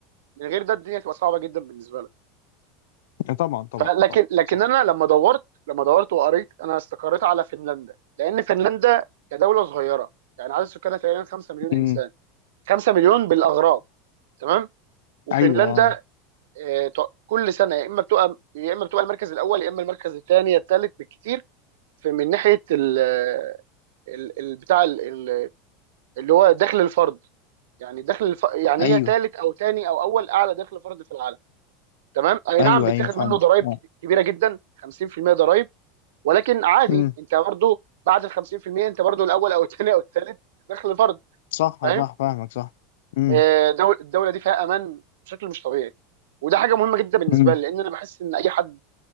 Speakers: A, on the right; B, on the left.
A: من غير ده الدنيا تبقى صعبه جدا بالنسبه لك
B: آه، طبعا طبعا
A: فلكن
B: طبعا
A: لكن
B: صح
A: انا لما دورت لما دورت وقريت انا استقريت على فنلندا لان فنلندا كدوله صغيره يعني عدد سكانها تقريبا 5 مليون انسان
B: امم
A: 5 مليون بالاغراب تمام وفنلندا
B: ايوه آه.
A: آه، ت- كل سنه يا اما بتبقى يا اما بتبقى المركز الاول يا اما المركز الثاني الثالث بالكثير في من ناحيه ال ال ال- بتاع ال- ال- اللي هو دخل الفرد يعني دخل الف... يعني
B: ايوه
A: هي ثالث او ثاني او اول اعلى دخل فرد في العالم تمام اي
B: ايوه
A: نعم بيتاخد
B: ايوه فاهمك
A: منه ضرائب
B: اه
A: كت- كبيره جدا 50% ضرائب ولكن عادي
B: امم
A: انت برضو بعد ال 50% انت برضو الاول او الثاني او الثالث دخل فرد
B: صح
A: فاهم
B: صح فاهمك صح امم
A: آه، دول الدوله دي فيها امان بشكل مش طبيعي وده حاجه مهمه جدا بالنسبه
B: امم
A: لي لان انا بحس ان اي حد